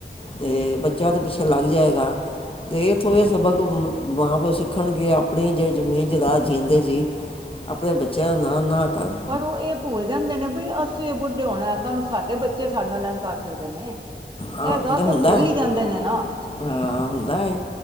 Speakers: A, on the left; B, on the right.
A: ਤੇ ਬੱਚਾ ਉਦੇ ਪਿੱਛੇ ਲੱਗ ਜਾਏਗਾ। ਤੇ ਇੱਥੋਂ ਇਹ ਸਬਕ ਮਾਂ-ਪਿਓ ਸਿੱਖਣਗੇ ਆਪਣੀ ਜੇ ਜ਼ਮੀਨ ਜਜਾਦ ਜੀਂਦੇ ਜੀ। ਆਪਣੇ ਬੱਚਿਆਂ ਨਾਮ ਨਾ ਕਰਨ।
B: ਪਰ ਓ ਇਹ ਭੁੱਲ ਜਾਂਦੇ ਨੇ ਬਈ ਅਸੀਂ ਬੁੱਢੇ ਹੋਣਾ ਕਲ ਨੂੰ ਸਾਡੇ ਬੱਚੇ ਸਾਡੇ ਨਾਲ ਏਂਜ ਕਰ ਸਕਦੇ ਨੇ।
A: ਆ
B: ਐ ਗਲ
A: ਹੁੰਦਾ
B: ਤੇ ਭੁੱਲ ਈ ਜਾਂਦੇ ਨੇ ਨਾ।
A: ਹਾਂ ਹੁੰਦਾ ਐ